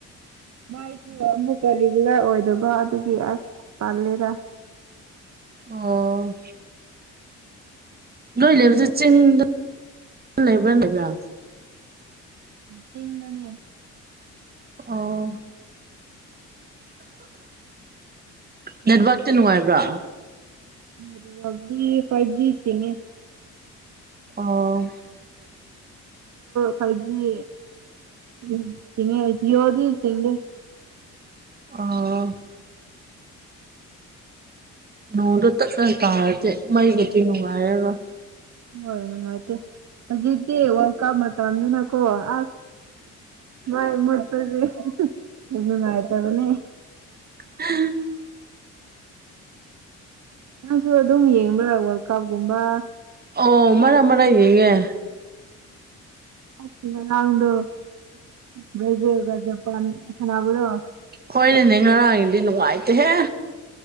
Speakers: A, on the right; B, on the right.
A: ꯃꯥꯏꯁꯨ ꯑꯃꯨꯛꯀ ꯔꯤꯒꯨꯂꯔ ꯑꯣꯏꯗꯕ ꯑꯗꯨꯒꯤ ꯑꯁ ꯇꯜꯂꯦꯗ <unintelligible>
B: ꯑꯣ ꯅꯣꯏ ꯂꯩꯕꯁꯦ ꯆꯤꯡꯗ ꯂꯩꯕ꯭ꯔꯥ ꯂꯩꯕ꯭ꯔꯥ
A: ꯆꯤꯡꯗꯅꯦ
B: ꯑꯣ ꯅꯦꯠꯋꯥꯛꯇꯤ ꯅꯨꯡꯉꯥꯏꯕ꯭ꯔꯥ
A: ꯅꯦꯠꯋꯥꯛꯇꯤ ꯐꯥꯏ ꯖꯤ ꯆꯤꯡꯉꯦ
B: ꯑꯣ
A: ꯐꯥꯏ ꯖꯤ ꯎꯝ ꯆꯤꯡꯑꯦ ꯖꯤꯑꯣꯗꯤ ꯆꯤꯡꯗꯦ
B: ꯑ ꯅꯣꯡꯗꯣ ꯇꯠ ꯇꯠ ꯇꯥꯔꯗꯤ ꯃꯩꯒꯤꯗꯤ ꯅꯨꯡꯉꯥꯏꯔꯔꯣꯏ
A: ꯍꯣꯏ ꯅꯨꯡꯉꯥꯏꯇꯦ ꯍꯧꯖꯤꯛꯇꯤ ꯋꯥꯀꯥꯞ ꯃꯇꯝꯅꯤꯅ ꯀꯣ ꯑꯣ ꯑ ꯃꯩ ꯃꯨꯠꯄꯁꯦ ꯅꯨꯡꯉꯥꯏꯇꯕꯅꯦ
B: <unintelligible>
A: ꯅꯪꯁꯨ ꯑꯗꯨꯝ ꯌꯦꯡꯕ꯭ꯔꯥ ꯋꯥꯔꯜ ꯀꯞꯀꯨꯝꯕ
B: ꯑꯣ ꯃꯔꯛ ꯃꯔꯛ ꯌꯦꯡꯑꯦ
A: ꯑꯣ ꯉꯔꯥꯡꯗꯨ ꯕ꯭ꯔꯥꯖꯤꯜ ꯒ ꯖꯥꯄꯥꯟꯒ ꯁꯥꯟꯅꯕꯗꯨ
B: ꯍꯣꯏꯅꯦ ꯉꯔꯥꯡꯗꯤ ꯅꯨꯡꯉꯥꯏꯇꯦꯍꯦ